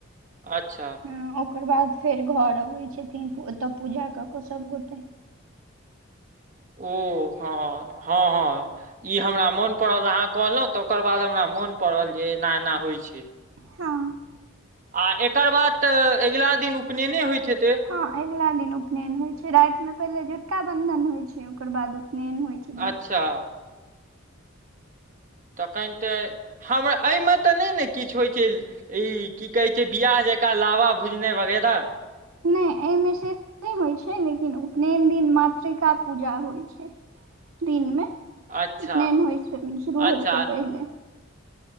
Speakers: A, on the right (about 40°); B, on the right (about 85°).
A: अच्छा।
B: हँ ओकर बाद फेर घर अबै छथिन, ओतऽ पूजा कऽ के सभ गोटे।
A: ओ, हँ हँ, हँ, ई हमरा मोन पड़ल अहाँ कहलहुँ तऽ ओकर बाद हमरा। मोन पड़ल जे, एना- एना होइ छै।
B: हँ,
A: आ एकर बाद त, अगिला दिन उपनयने होइत। हेतै
B: हँ, अगिला दिन उपनयन होइत छै, रातिमे पहिले झुटका- बन्धन होइत छै, ओकर बाद उप उपनेन होइ छै, दिन
A: अच्छा तखन तऽ, हमरा एहिमे तऽ नहि ने किछु होइत छै, ई की कहै छै, बियाह जे एका लावा भुजने वगैरह!
B: नैय। एहिमे से होइ छै, लेकिन उपनयन दिन मातृका पूजा होइ छै। दिन मे,
A: अच्छा
B: उपनैन होइ से शुरू
A: अच्छा
B: होइ से, पहिले!